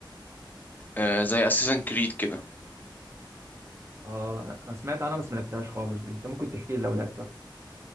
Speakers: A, on the left (about 20°); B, on the right (about 35°).
A: آه، زي اساسن كريد كده
B: اه انا سمعت عنها بس ما لعبتهاش خالص دي انت ممكن تحكي لي لو لعبتها